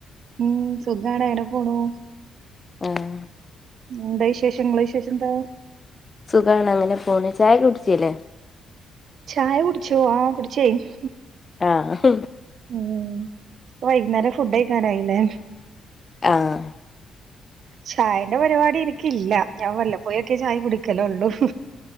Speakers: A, on the right; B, on the left.
A: ഉം സുഖാണ് എവിടെ പോണു.
B: ആഹ്
A: എന്താ വിശേഷം, ങ്ങള വിശേഷം എന്താ?
B: സുഖാണ് അങ്ങനെ പോണ് ചായൊക്കെ കുടിച്ചില്ലേ?
A: ചായ കുടിച്ചോ ആഹ കുടിച്ചേയിന്ന്
B: ആ ഹും
A: ഉം വൈകുന്നേരം ഫുഡ് കഴിക്കാനായില്ലേ
B: ആഹ്.
A: ചായന്റെ പരിപാടി ഇനിക്കില്ല ഞാൻ വല്ലപ്പോയൊക്കെ ചായ കുടിക്കലലൊള്ളൂ.